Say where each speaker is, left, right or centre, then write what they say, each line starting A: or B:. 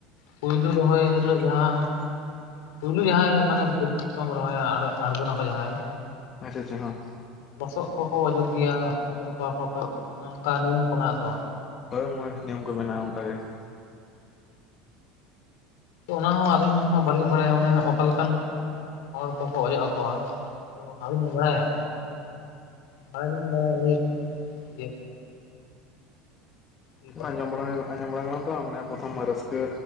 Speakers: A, on the left; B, on the left.
A: ᱯᱩᱭᱞᱩ ᱨᱚᱦᱚᱭ ᱦᱤᱞᱳᱜ ᱡᱟᱦᱟᱸ ᱯᱩᱭᱞᱩ ᱡᱟᱦᱟᱸᱭ ᱢᱟᱱᱮ ᱵᱷᱩᱛ ᱠᱚᱢ ᱨᱚᱦᱚᱭᱟ ᱟᱬᱜᱚᱱᱟᱠᱚ ᱡᱟᱦᱟᱸᱭ
B: ᱟᱪᱷᱟ ᱟᱪᱷᱟ ᱦᱚᱸ
A: ᱞᱚᱥᱚᱜ ᱠᱚᱠᱚ ᱚᱡᱚᱜ ᱜᱮᱭᱟ ᱚᱡᱚᱜ ᱟᱠᱚᱣᱟ ᱠᱚ ᱚᱱᱮ ᱚᱱᱠᱟ ᱱᱤᱭᱚᱢ ᱠᱚ ᱢᱮᱱᱟᱜ ᱟᱥᱮ ᱵᱟᱝ?
B: ᱦᱳᱭ ᱚᱱᱟ ᱱᱤᱭᱚᱢ ᱠᱚ ᱢᱮᱱᱟᱜᱼᱟ ᱚᱱᱠᱟ ᱜᱮ ᱾
A: ᱛᱚ ᱚᱱᱟ ᱦᱚᱸ ᱟᱹᱞᱤᱧ ᱦᱚᱸ ᱵᱟᱹᱞᱤᱧ ᱵᱟᱲᱟᱭᱟ ᱢᱟᱱᱮ ᱚᱠᱟ ᱞᱮᱠᱟᱱ ᱦᱚᱲ ᱠᱚᱠᱚ ᱚᱡᱚᱜ ᱟᱠᱚᱣᱟ! ᱵᱟᱵᱤᱱ ᱵᱟᱲᱟᱭᱟ, ᱵᱟᱲᱟᱭ ᱫᱚ ᱞᱤᱧ ᱵᱟᱲᱟᱭᱟ ᱡᱮ ᱤᱭᱟᱹ
B: ᱟᱸᱡᱚᱢ ᱵᱟᱲᱟ ᱦᱩᱭ ᱟᱸᱡᱚᱢ ᱵᱟᱲᱟ ᱟᱠᱟᱱᱟ ᱛᱚ ᱢᱟᱱᱮ ᱯᱨᱚᱛᱷᱚᱢ ᱵᱟᱨ ᱨᱟᱹᱥᱠᱟᱹ